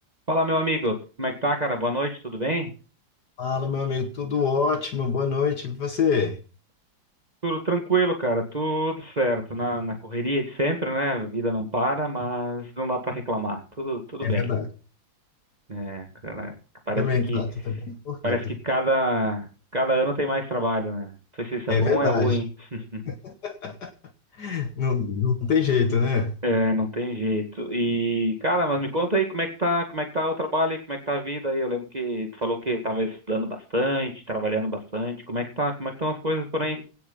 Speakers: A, on the right; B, on the left.
A: Fala, meu amigo. Como é que tá, cara? Boa noite, tudo bem?
B: Fala, meu amigo, tudo ótimo, boa noite. E você?
A: Tudo tranquilo, cara. Tudo certo. Na, na correria de sempre, né? A vida não para, mas não dá pra reclamar. Tudo, tudo bem.
B: É verdade.
A: É, cara, parece
B: Eu Também
A: que,
B: tá, tô também corrido.
A: parece que cada, cada ano tem mais trabalho, né? Não sei se isso
B: É
A: é bom
B: verdade.
A: ou é ruim. <laughs>
B: <laughs> Não, não tem jeito, né?
A: É, não tem jeito. E, cara, mas me conta aí como é que tá, como é que tá o trabalho, e como é que tá a vida aí? Eu lembro que tu falou que tava estudando bastante, trabalhando bastante. Como é que tá, como é que estão as coisas por aí?